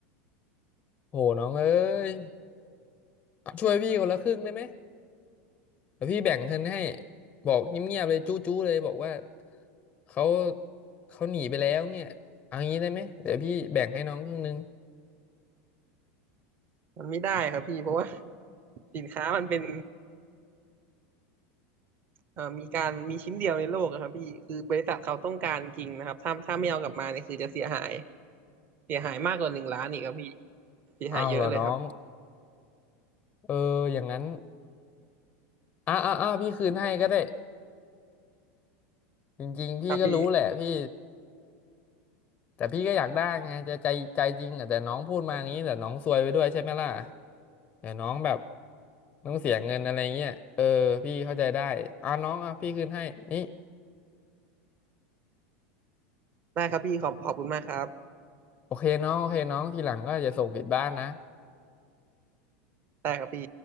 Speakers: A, on the left; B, on the right.
A: โหน้องเอ้ยช่วยพี่คนละครึ่งได้ไหม เดี๋ยวพี่แบ่งเงินให้บอกเงียบๆเลยจู้ๆเลยบอกว่าเขาเขาหนีไปแล้วเนี่ยเอางี้ได้ไหมเดี๋ยวพี่แบ่งให้น้องครึ่งนึง
B: มันไม่ได้ครับพี่เพราะว่า <laughs> สินค้ามันเป็น เอ่อมีการมีชิ้นเดียวในโลกอะครับพี่ คือบริษัทเขาต้องการจริงนะครับถ้าถ้าไม่เอากลับมาเนี่ยคือจะเสียหาย เสียหายมากกว่าหนึ่งล้านอีกครับพี่เสียหายเยอะเลยครับ
A: เอาเหรอน้องเอออย่างนั้นอ่ะอ่ะอ่ะพี่คืนให้ก็ได้จริงๆพี่ก็รู้แหละพี่
B: ครับพี่
A: แต่พี่ก็อยากได้ไงจะใจใจจริงอ่ะแต่น้องพูดมาอย่างนี้แต่น้องซวยไปด้วยใช่ไหมล่ะเดี๋ยวน้องแบบต้องเสียเงินอะไรเงี้ยเออพี่เข้าใจได้อ่ะน้องอ่ะพี่คืนให้นี่
B: ได้ครับพี่ขอบขอบคุณมากครับ
A: โอเคน้องโอเคน้องทีหลังก็อย่าส่งผิดบ้านนะ
B: ได้ครับพี่